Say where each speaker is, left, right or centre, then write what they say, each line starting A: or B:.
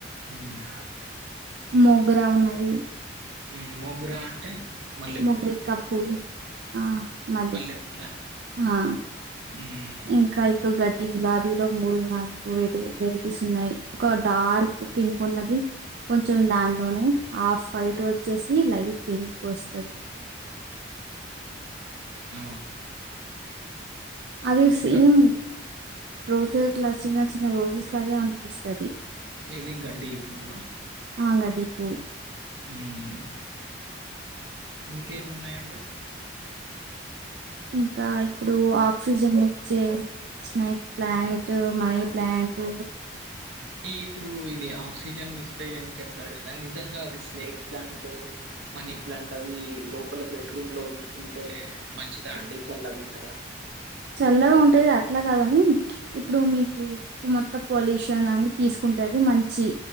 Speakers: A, on the right; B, on the right.
A: హ్మ్
B: మోగ్రా ఉన్నది
A: మ్ మొగ్రా అంటే? మల్లెపువ్వ
B: మొగరికా ఫూల్ ఆ మల్లెపూ
A: మల్లెపూల
B: ఆ
A: హ్మ్
B: ఇంకా ఇప్పుడు గడ్డి గులాబీలో మూడు, నాలుగు వె వెరైటీస్ ఉన్నాయి. ఒక డార్క్ పింక్ ఉన్నది కొంచెం దాంట్లోనే ఆఫ్ పైట్ వచ్చేసి లైట్ పింక్ వస్తది.
A: ఆ
B: అది
A: ఇంకా
B: సేమ్ రోజెస్ లా చిన్న చిన్న రోజెస్ లాగే ఉ స్తది
A: ఏది గడ్డి పువ్వ
B: ఆంగ డిపూ
A: హ్మ్మ్ ఇంకేమున్నాయండి
B: ఇంకా ఇప్పుడు ఆక్సిజన్ ఇచ్చే స్నేక్ ప్లాంట్ మనీ ప్లాంట్
A: ఈ ఇప్పుడు ఇది ఆక్సిజన్ ఇస్తాయి అని చెప్పారు కదా నిజంగా అది స్నేక్ ప్లాంట్ మనీ ప్లాంట్ అవి లోపల బెడ్రూమ్ లో ఉంచుకుంటే మంచిదా అండి చల్లగా ఉంటదా
B: చల్లగా ఉంటాది అట్లా కాదు కానీ ఇప్పుడు మీకు మొత్తం పొల్యూషన్ అని తీసుకుంటది మంచి